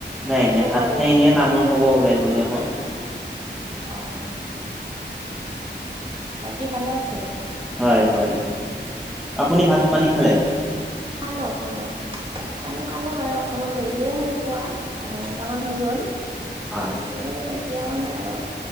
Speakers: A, in the centre; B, on the right.
A: নাই নাই
B: খবৰ
A: ভাত খাই
B: লোৱা
A: এনেই
B: নাই
A: তামোল খাব ওলাই গলো এখন।
B: অ' বাৰু বাকী ভালে আছে?
A: হয় হয়, আপুনি ভাত পানী খালে?
B: খালো খালো। ভাত পানী খালো বাৰু অকমান দেৰিয়ে হ'ল খোৱা আধা ঘণ্টাামান হৈ গল।
A: হয়।
B: এই, এতিয়া মানে আৰু